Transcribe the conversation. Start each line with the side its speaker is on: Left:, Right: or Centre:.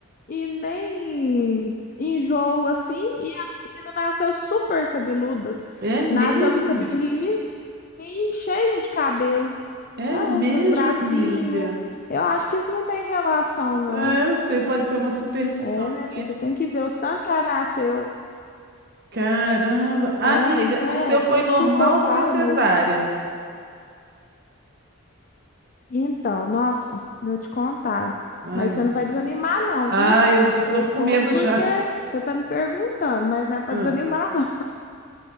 Left: e nem enjoo, assim, e a menina nasceu super cabeluda.
Right: É mesmo?
Left: Nasceu do cabelinho lisinho, cheia de cabelo,
Right: É
Left: ah,
Right: mesmo,
Left: nos bracinhos.
Right: amiga.
Left: Eu acho que isso não tem relação, não.
Right: É, eu sei, pode ser uma superstição,
Left: É, minha
Right: né?
Left: filha, você tem que ver o tanto que ela nasceu.
Right: Caramba. Amiga,
Left: É, isso é
Right: o seu
Left: coisa
Right: foi normal
Left: que o povo
Right: ou foi
Left: fala,
Right: cesárea?
Left: mas Então, nossa, eu te contava.
Right: Ai,
Left: Mas
Right: meu
Left: você
Right: Deus.
Left: não vai desanimar, não,
Right: Ai,
Left: viu?
Right: eu já tô ficando
Left: Eu conto
Right: com medo
Left: porque
Right: já.
Left: você tá me perguntando, mas não é para
Right: Ah,
Left: desanimar, não.